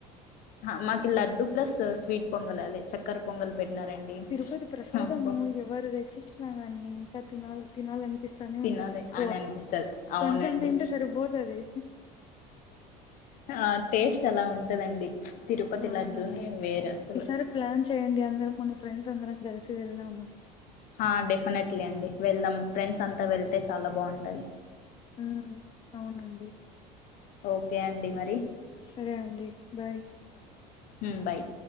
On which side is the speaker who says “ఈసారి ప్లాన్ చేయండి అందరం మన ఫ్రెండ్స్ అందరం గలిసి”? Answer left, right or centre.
Left